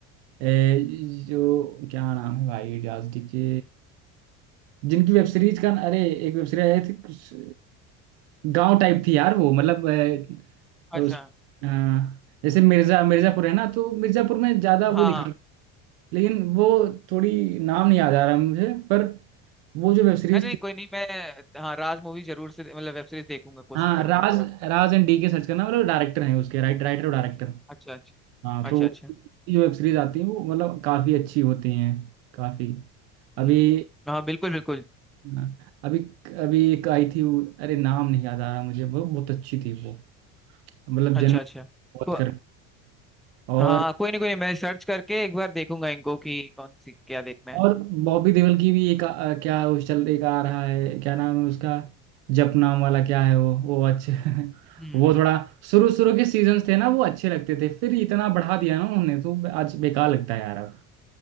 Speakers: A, on the right; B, in the centre.
A: ए, जो क्या नाम है भाई राजडी के जिनकी वेब सीरीज का अरे एक वेब सीरीज आई थी कुछ गांव टाइप थी यार वो मतलब ए, उस
B: अच्छा
A: अ, जैसे मिर्जा मिर्जापुर है ना तो मिर्जापुर में ज्यादा
B: हाँ
A: वो दिखा
B: हाँ
A: लेकिन वो थोड़ी नाम नहीं याद आ रहा है मुझे पर वो जो वेब सीरीज
B: नहीं नहीं
A: थी
B: कोई नहीं मैं हाँ राज मूवी जरूर से मतलब वेब सीरीज देखूंगा कोशिश
A: हाँ
B: करूंगा
A: राज
B: पूरा
A: राज एंड डी के सर्च करना मतलब डायरेक्टर हैं उसके राइट राइटर और डायरेक्टर
B: अच्छा अच्छा
A: हाँ तो
B: अच्छा अच्छा
A: ये वेब सीरीज आती हैं वो मतलब काफी अच्छी होती हैं काफी अभी
B: हम्म हाँ बिल्कुल बिल्कुल
A: हाँ, अभी अभी एक आई थी वो- अरे नाम नहीं याद आ रहा मुझे वो बहुत अच्छी थी वो मतलब जनरल
B: अच्छा अच्छा
A: वॉच
B: तो
A: कर और
B: हाँ कोई नहीं कोई नहीं मैं सर्च करके एक बार देखूंगा इनको कि कौन सी क्या देखना है
A: और बॉबी देओल की भी एक आ, क्या उस चल एक आ रहा है क्या नाम है उसका जप नाम वाला क्या है वो वो अच्छे <laughs>
B: हम्म
A: वो थोड़ा शुरू शुरू के सीजन्स थे ना वो अच्छे लगते थे फिर इतना बढ़ा दिया ना उन्होंने तो आज बेकार लगता है यार अब